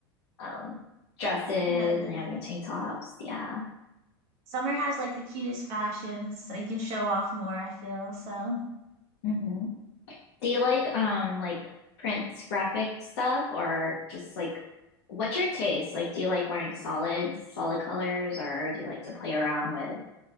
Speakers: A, on the left (about 75°); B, on the right (about 55°).
A: um, dresses,
B: Uh, the
A: and I have my tank tops. Yeah.
B: summer has like the cutest fashions, so you can show off more, I feel. So
A: hmm Do you like um like prints, graphic stuff or just like what's your taste? Like do you like wearing solids, solid colors or do you like to play around with